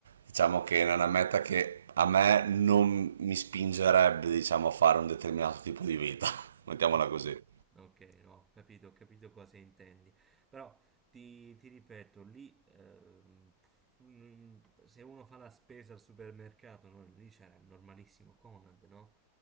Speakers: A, on the right; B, on the right.
A: diciamo che non è una meta che a me non mi spingerebbe, diciamo, a fare un determinato tipo di vita, <laughs> mettiamola
B: Ok,
A: così.
B: ok, no, ho capito, ho capito cosa intendi. Però ti, ti ripeto, lì ehm, mm, se uno fa la spesa al supermercato, no, lì c'era il normalissimo Conad, no?